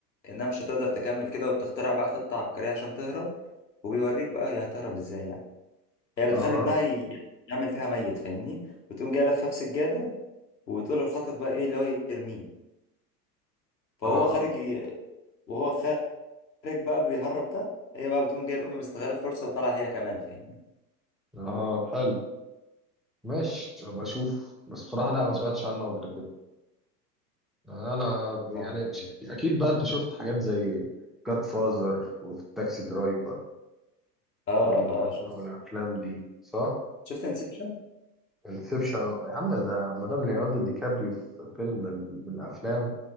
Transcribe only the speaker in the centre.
اها
اها
اها حلو ماشي ابقى اشوف بس بصراحه لا ما سمعتش عنه قبل كده انا ب- يعني
ش- اكيد بقى انت شفت حاجات زي جاد فازر وفي تاكسي درايفر
وال...
او الافلام دي صح
انسبشن يا عم ده مدام ليوناردو دي كابريو في فيلم من من افلام